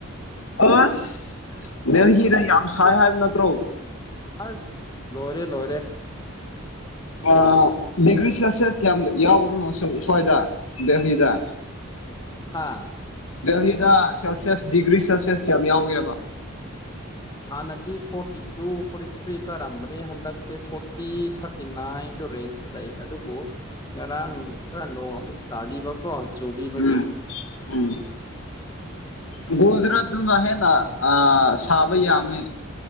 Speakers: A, on the left (about 80°); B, on the left (about 20°).
A: ꯑꯁ ꯗ ꯍ ꯌꯥꯝ ꯁꯥꯏ ꯍꯥꯏꯕ ꯅꯠꯇ꯭ꯔꯣ
B: ꯑꯁ ꯂꯔꯦ ꯂꯔꯦ
A: ꯑ ꯗꯤꯒ꯭ꯔꯤ ꯁꯦꯜꯁꯤꯌꯁ ꯀꯌꯥꯝ ꯌꯥꯎꯕꯅ ꯁ꯭ꯋꯥꯏꯗ ꯗꯦꯍꯤꯗ
B: ꯍꯥꯥ <unintelligible> <inaudible>
A: ꯗꯦꯍꯤꯗ ꯁꯦꯜꯁꯤꯌꯁ ꯗꯤꯒ꯭ꯔꯤ ꯁꯦꯜꯁꯤꯌꯁ ꯀꯌꯥꯝ ꯌꯥꯎꯏꯕ
B: ꯍꯥꯟꯅꯗꯤ ꯐꯣꯔꯇꯤ ꯇꯨ ꯐꯣꯔꯇꯤ ꯊ꯭ꯔꯤ ꯀꯥꯔꯝꯕꯅꯦ ꯍꯟꯗꯛꯁꯦ ꯐꯣꯔꯇꯤ ꯊꯥꯔꯇꯤ ꯅꯥꯏꯟꯗ ꯔꯦꯟꯁ ꯂꯩ ꯑꯗꯨꯕꯨ ꯉꯔꯥꯡ ꯈꯔ ꯅꯣꯡ ꯑꯃꯨꯛ ꯇꯥꯕꯤꯕꯀꯣ ꯆꯨꯕꯤꯕꯒꯤ
A: ꯎꯝ <unintelligible> <inaudible> ꯣꯖꯔꯠ ꯟ ꯍꯥꯏ ꯅ ꯑ ꯁꯥꯕꯌꯥꯃꯦ